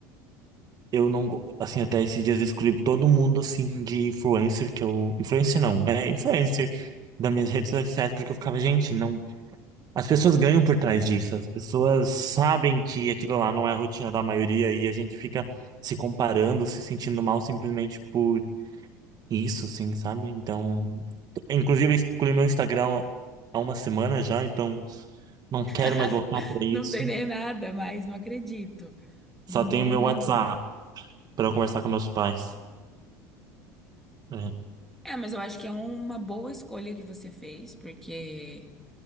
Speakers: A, on the right; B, in the centre.
A: Eu não, go- assim, até esses dias eu excluí todo mundo, assim, de influencer que eu... Influencer não, é influencer das minhas redes sociais, porque eu ficava, gente, não... As pessoas ganham por trás disso, as pessoas sabem que aquilo lá não é a rotina da maioria e a gente fica se comparando, se sentindo mal simplesmente por isso, assim, sabe? Então, inclusive, eu excluí meu Instagram há uma semana já, então não quero
B: <laughs>
A: mais voltar para isso.
B: Não tem nem nada, mas não acredito.
A: Só
B: Abandonou
A: tenho meu
B: mesmo.
A: WhatsApp para conversar com meus pais. É,
B: É, mas eu acho que é uma boa escolha que você fez, porque